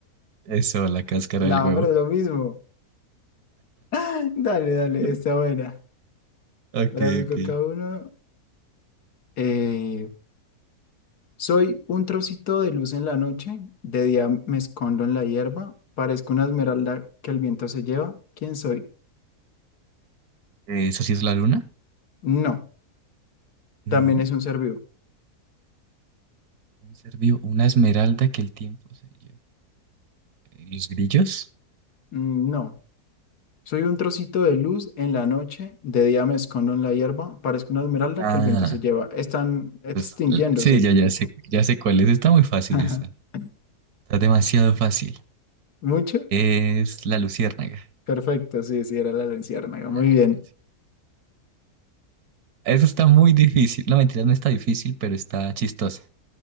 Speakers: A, on the right; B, on the left.
A: eso, la cáscara
B: No,
A: del huevo.
B: pero es lo mismo. <laughs> Dale, dale,
A: <laughs>
B: está buena.
A: Ok,
B: Ahora busco
A: ok. Eh,
B: cada uno. eh, Soy un trocito de luz en la noche, de día me escondo en la hierba, parezco una esmeralda que el viento se lleva. ¿Quién soy?
A: ¿Eso sí es la luna?
B: No,
A: No,
B: también es un ser vivo.
A: un ser vivo, una esmeralda que el tiempo se lleva. Eh, ¿Los grillos?
B: Mm, No, soy un trocito de luz en la noche, de día me escondo en la hierba, parezco una esmeralda
A: Ah.
B: que el viento se lleva. Están extinguiéndose.
A: Pues, l- sí, ya, ya sé, ya sé cuál es. Está muy fácil
B: <laughs>
A: esa. Está demasiado fácil.
B: ¿Mucho?
A: Es la luciérnaga.
B: Perfecto, sí, sí, era la luciérnaga.
A: Ah,
B: Muy bien.
A: Eso está muy difícil. No, mentira, no está difícil, pero está chistosa.